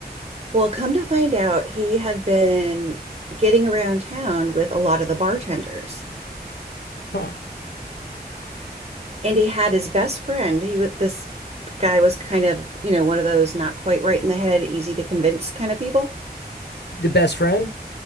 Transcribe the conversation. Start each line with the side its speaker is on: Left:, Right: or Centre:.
Right: Well, come to find out, he had been getting around town with a lot of the bartenders.
Left: Huh.
Right: And he had his best friend. He was this guy was kind of, you know, one of those not quite right in the head, easy to convince kind of people.
Left: The best friend?